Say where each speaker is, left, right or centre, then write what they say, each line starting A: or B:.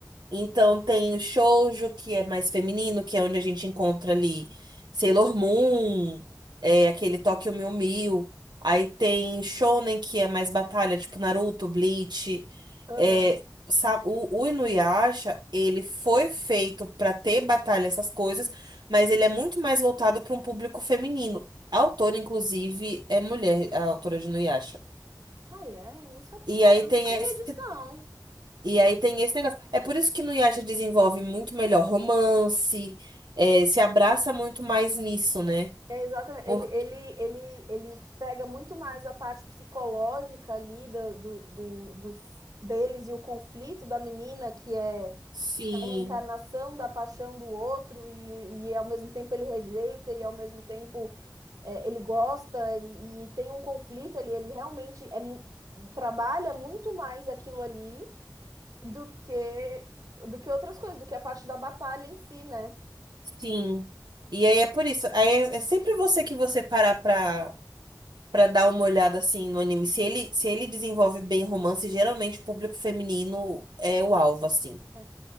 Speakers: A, on the right (about 85°); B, on the right (about 55°).
A: Então tem o shoujo, que é mais feminino, que é onde a gente encontra ali Sailor Moon, é, aquele Tokyo Mew Mew. Aí tem shonen, que é mais batalha, tipo Naruto, Bleach.
B: Aham.
A: É, sa- o, o Inuyasha, ele foi feito pra ter batalha, essas coisas, mas ele é muito mais voltado para um público feminino. A autora, inclusive, é mulher, a autora de Inuyasha.
B: Ah, é? Não sabia.
A: E
B: Cara,
A: aí
B: eu
A: tem
B: não sabia
A: esse,
B: disso, não.
A: e aí tem esse negócio. É por isso que no Yasha desenvolve muito melhor romance, é, se abraça muito mais nisso, né?
B: É, exatamente.
A: por
B: Ele, ele, ele, ele pega muito mais a parte psicológica ali do, do, do- dos, deles e o conflito da menina, que é,
A: sim,
B: que é a reencarnação da paixão do outro, e, e ao mesmo tempo ele rejeita, e ao mesmo tempo é, ele gosta, e, e tem um conflito ali. Ele realmente é, mu- trabalha muito mais aquilo ali do que, do que outras coisas, do que a parte da batalha em si, né?
A: sim. E aí é por isso. Aí é, é sempre você que você parar pra, pra dar uma olhada assim no anime. Se ele, se ele desenvolve bem romance, geralmente o público feminino é o alvo, assim.
B: É.